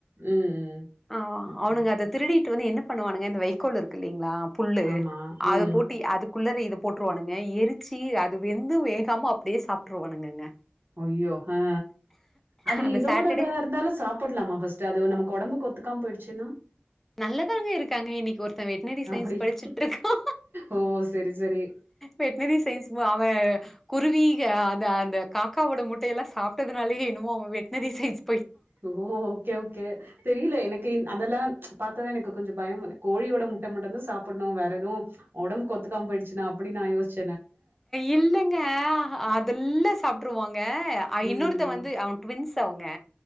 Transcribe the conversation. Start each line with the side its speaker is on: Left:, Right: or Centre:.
Right: ம்
Centre: ஆ
Right: ஓகே.
Centre: அவனுங்க அத திருடிட்டு வந்து என்ன பண்ணுவானுங்க இந்த வைக்கோல் இருக்கு இல்லீங்களா புல்லு
Right: ஆமா ம்.
Centre: அத போட்டி அதுக் குள்ளறை இது போட்டுருவானுங்க எரிச்சு அது வெந்தும் வேகாம அப்படியே சாப்பிட்டுருவானுங்கங்க
Right: அய்யோ ஆ அது
Centre: அந்த
Right: எதோடதா
Centre: சாட்டர்டே
Right: இருந்தாலும் சாப்பட்லாமா ஃபர்ஸ்ட் அது நமக்கு உடம்புக் ஒத்துக்காம போயிடுச்சுன்னா
Centre: நல்லதாங்க இருக்காங்க இன்னைக்கு ஒருத்தன் வெட்னரி சயின்ஸ்
Right: அப்படியா?
Centre: படிச்சுட்டு இருக்கா
Right: ஓ! சரி, சரி.
Centre: வெட்னரி சையின்ஸ் அவ குருவீக அந்த அந்த காக்காவோட முட்டையெல்லாம் சாப்பிட்டதுனாலயே என்னமோ அவ வெட்னரி சையின்ஸ்
Right: ஓ ஓக்கே ஓக்கே தெரியல எனக்கு அதெல்லா பாத்ததா எனக்கு கொஞ்சம் பயம் கோழியோட முட்ட மட்டும் தா சாப்பிடணும் வேற எதவும் உடம்பு ஒத்துக்காம போயிடுச்சுனா அப்டின்னு நா யோசிச்
Centre: இல்லங்க அதெல்லா சாப்பிட்டுருவாங்க அ
Right: ம்,
Centre: இன்னொருத்த
Right: ம்.
Centre: வந்து அவ ட்வின்ஸ் ஸ் அவுங்க